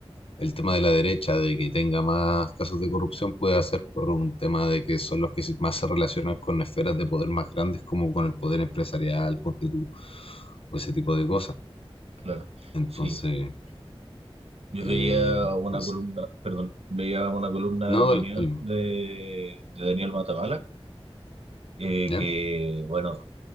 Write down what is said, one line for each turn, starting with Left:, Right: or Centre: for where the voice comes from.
Left: el tema de la derecha, de que tenga más casos de corrupción, puede ser por un tema de que son los que se- más se relacionan con esferas de poder más grandes, como con el poder empresarial, ponte tú, o ese tipo de cosas.
Right: claro.
Left: Entonces,
Right: Sí, yo
Left: eh,
Right: veía
Left: entonces,
Right: una columna, perdón, veía una columna
Left: no,
Right: de opinión
Left: dale, dale, no,
Right: de, de Daniel Matamala, eh,
Left: ¿ya?
Right: que, bueno,